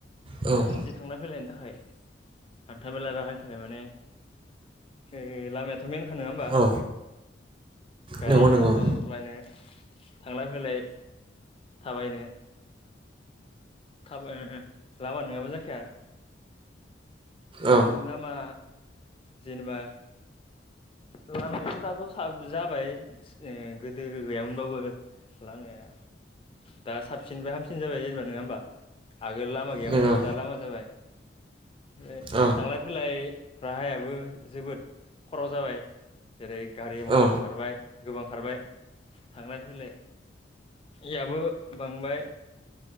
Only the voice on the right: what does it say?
औ
औ
नंगौ नंगौ
औ
नंगौ
औ
औ